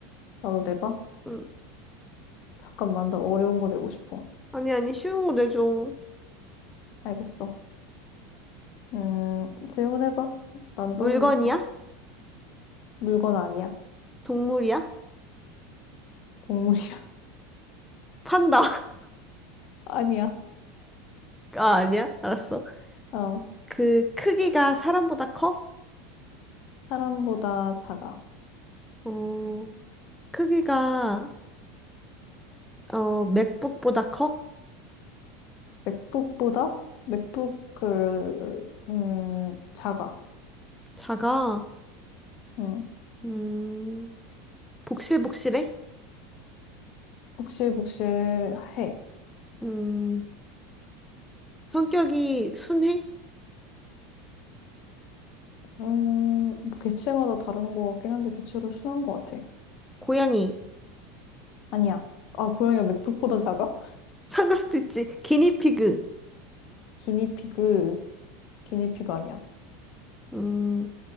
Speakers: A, on the left; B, in the centre.
A: 나도 내봐.
B: 응.
A: 잠깐만, 나 어려운 거 내고 싶어.
B: 아니, 아니, 쉬운 거 내줘.
A: 알겠어. 음, 질문해봐. 난
B: 물건이야?
A: 떠올렸어. 물건 아니야.
B: 동물이야?
A: 동물이야.
B: 판다. <laughs>
A: <laughs> 아니야.
B: 아, 아니야? 알았어.
A: 어,
B: 그 크기가 사람보다 커?
A: 사람보다 작아.
B: 어, 크기가 어, 맥북보다 커?
A: 맥북보다? 맥북 그, 음, 작아.
B: 작아.
A: 음,
B: 음, 복실복실해?
A: 복실복실해.
B: 음, 성격이 순해?
A: 음, 뭐 개체마다 다른 거 같긴 한데 대체로 순한 거 같아.
B: 고양이.
A: 아니야. 아, 고양이가 맥북보다 작아?
B: <laughs> 상할 수도 있지. 기니피그.
A: 기니피그, 기니피그 아니야.
B: 음,